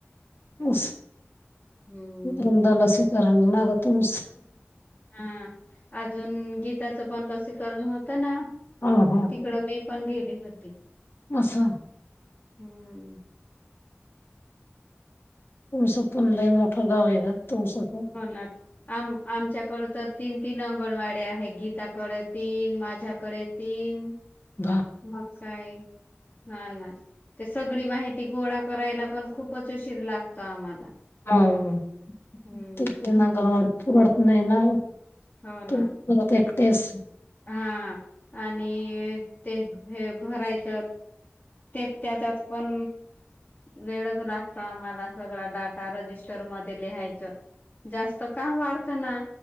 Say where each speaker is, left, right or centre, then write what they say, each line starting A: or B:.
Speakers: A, on the left (about 55°); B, on the left (about 40°).
A: अ
B: हम्म.
A: तुम दला स्वीकारण नाग तुम
B: हा अजून गीत त्याचं पण लसीकरण होत ना
A: हां, हां.
B: तिकड मी पण गेली होती
A: पास
B: हम्म
A: तळस पुनलाय मोठं गाव आहे ग तुमचं पण.
B: हो आम आमच्याकड तर तीन तीन अंगणवाड्या आहेत गीताकडे तीन माझ्याकडे तीन
A: बा
B: मग काय हा ना ते सगळी माहिती गोळा करायला पण खूपच उशीर लागतो आम्हाला
A: हम
B: हम्म.
A: अडप पत ना
B: हो
A: तु
B: ना
A: मत एकटेच
B: हा आणि ते हे भरायच ते त्याच्यात पण वेळच लागतो आम्हाला सगळा डाटा रजिस्टर मध्ये लिहायचं जास्त काम वाढतं ना